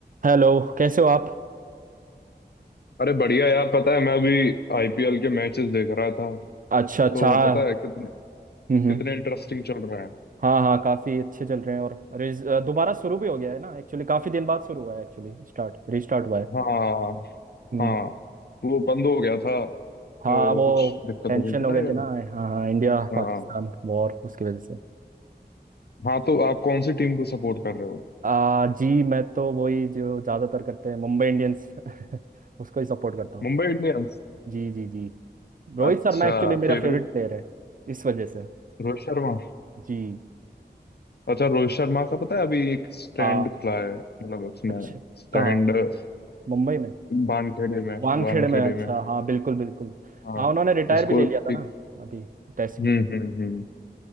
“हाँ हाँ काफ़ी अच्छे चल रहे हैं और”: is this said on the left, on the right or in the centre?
Right